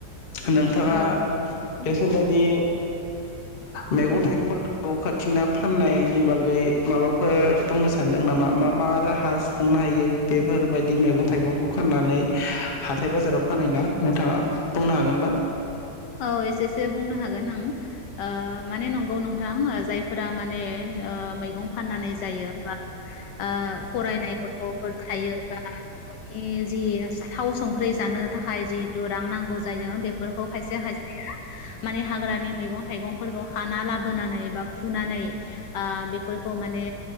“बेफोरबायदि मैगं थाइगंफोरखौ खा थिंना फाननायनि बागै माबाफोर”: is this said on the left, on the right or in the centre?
Left